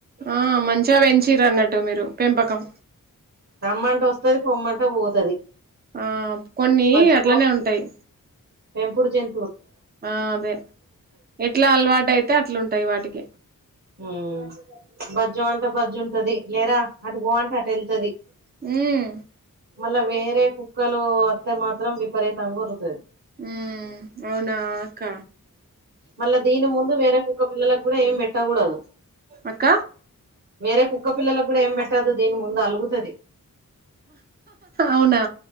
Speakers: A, on the right; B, on the right.
A: ఆ మంచిగా వంచీర అన్నట్టు మీరు పెంపకం
B: రమ్మంట వస్తది పొమ్మ అంటే పోతది
A: ఆ కొన్ని
B: బజ్జుకో
A: అట్లానే ఉంటాయి
B: పెంపుడు జ
A: ఆ అదే ఎట్లా అలవాటు అయితే అట్లాంటాయి వాటికి
B: ఉ బజ్జ్ అంటే బజ్జ్ ఉంటది లేరా అటు గో అంటే అటు వెళ్తది
A: హ్మ్
B: మళ్ళా వేరే కుక్కలు అత్త మాత్రం విపరీతంగా ఒరుగుతది
A: హ్మ్ అవునా అక్క
B: మళ్ళా దీని ముందు వేరే కుక్క పిల్లలకు కూడా ఏం పెట్టకూడదు
A: అక్క
B: వేరే కుక్క పిల్లలకు కూడా ఏం పెట్టదు దీని ముందు అలుగుతుది
A: అవునా